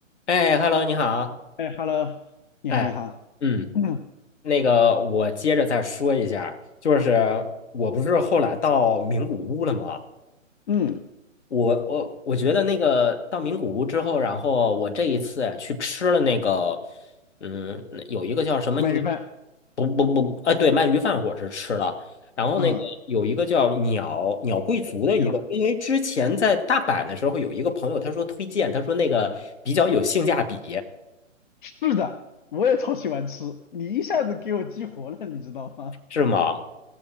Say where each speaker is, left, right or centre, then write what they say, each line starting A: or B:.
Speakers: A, on the left; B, on the left.
A: 哎，Hello，你好。
B: 哎，Hello，你好，
A: 哎，
B: 你好，
A: 嗯，
B: 嗯
A: 那个，我接着再说一下，就是我不是后来到名古屋了吗？
B: 嗯，
A: 我我我觉得那个到名古屋之后，然后我这一次呀去吃了那个，嗯，有一个叫什么鸟，
B: 鳗鱼饭，
A: 不不不，啊，对，鳗鱼饭我是吃了，然后那个有一个叫鸟鸟贵族的一个，
B: 嗯，你好，
A: 因为之前在大阪的时候有一个朋友他说推荐，他说那个比较有性价比，
B: 是的，我也超喜欢吃，你一下子给我激活了，你知道吗？
A: 是吗？